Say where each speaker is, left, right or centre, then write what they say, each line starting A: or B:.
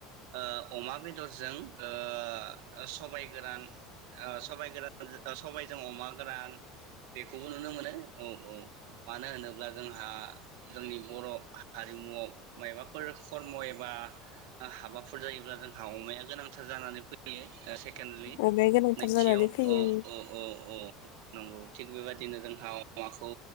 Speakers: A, on the right; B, on the left.
A: ओ अमा बेदरजों ओ सबाय गोरान ओ सबाइ गोरान सबायजों अमा गोरान- बेखौबो नुनो मोनो औ औ मानो होनोब्ला जोंहा- जोंनि बर' हारिमुआव मायबाफोर खर्म' एब बा हाबाफोर जायोब्ला जोंहा अमाया गोनांथार जानानै फै यो ओ सेकेंडलि
B: अमाया गोनांथार
A: नैथियाव
B: जानानै फैयो
A: औ औ औ औ। <inaudible> नंगौ थिग बेबायदिनो जोंहा अमाखौ